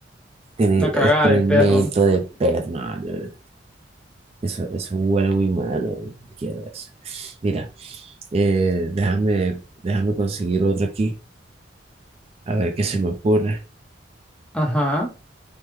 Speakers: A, on the right; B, in the centre.
A: Tener
B: una cagada
A: excremento
B: de perro.
A: de perna. ¿no? Eso, eso huele muy mal. eh. ¿no? Quiero eso. Mira, eh, déjame, déjame conseguir otro aquí. A ver qué se me ocurre.
B: Ajá,